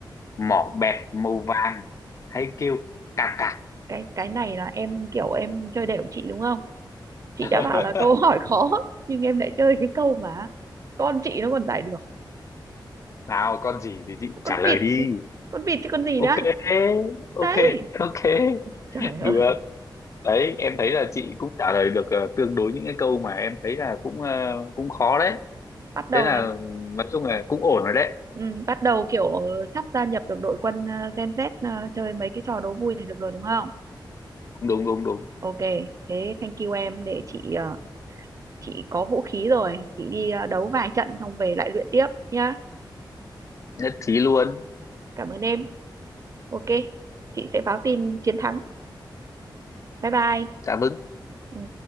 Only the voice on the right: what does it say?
cái cái này là em kiểu em chơi đểu chị đúng không chị
đã bảo là câu hỏi khó nhưng em lại chơi cái câu mà con chị nó còn giải được
con
vịt
con vịt chứ con gì
nữa
đấy
trời, trời ơi
bắt đầu
là
ừ, bắt đầu kiểu ờ, sắp gia nhập được đội quân ờ, Gen Z ờ, chơi mấy cái trò đố vui này được rồi đúng không
ok thế thank you em để chị ờ, chị có vũ khí rồi chị đi ờ, đấu vài trận xong về lại luyện tiếp nhá
cảm ơn em ok chị sẽ báo tin chiến thắng bye bye
Ừ.